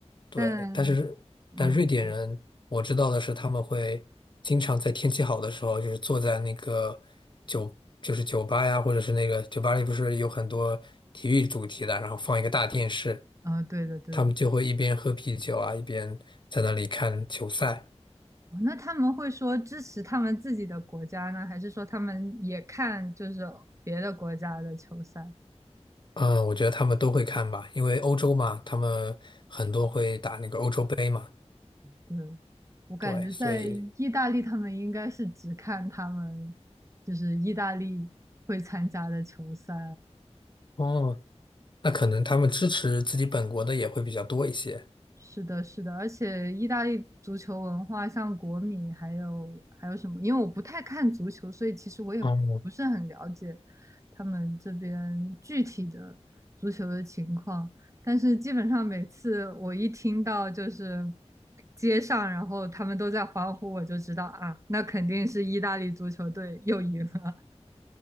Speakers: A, on the left; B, on the right.
A: 对，
B: 但
A: 但是但瑞典人我知道的是，
B: 嗯，你说，
A: 他们会经常在天气好的时候，就是坐在那个酒，就是酒吧呀，或者是那个酒吧里不是有很多体育主题的，然后放一个大电视，
B: 啊，对的，对的。
A: 他们就会一边喝啤酒啊，一边在那里看球赛。
B: 哦，那他们会说支持他们自己的国家呢，还是说他们也看就是别的国家的球赛？
A: 嗯，我觉得他们都会看吧，因为欧洲嘛，他们很多会打那个欧洲杯嘛，
B: 对，我感觉在意大利，
A: 对，所以
B: 他们应该是只看他们就是意大利会参加的球赛，
A: 哦，那可能他们支持自己本国的也会比较多一些。
B: 是的，是的，而且意大利足球文化，像国米还有还有什么？因为我不太看足球，所以其实我也不是很了解
A: 哦
B: 他们这边具体的足球的情况。但是基本上每次我一听到就是街上，然后他们都在欢呼，我就知道啊，那肯定是意大利足球队又赢了。